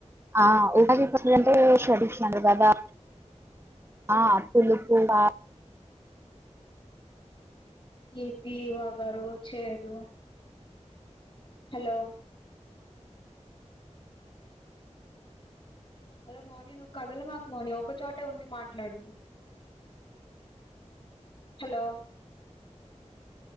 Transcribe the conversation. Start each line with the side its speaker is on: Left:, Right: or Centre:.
Right: ఆ ఉగాది పచ్చడి
Left: హలో
Right: అంటే షేడ్రుర్చులంటారు కదా ఆ పులుపు ఆ
Left: తిపి వగరు చేదు హలో హలో మోని నువ్వు కదలమాకు మోని ఒకచోటే ఉండి మాట్లాడు హలో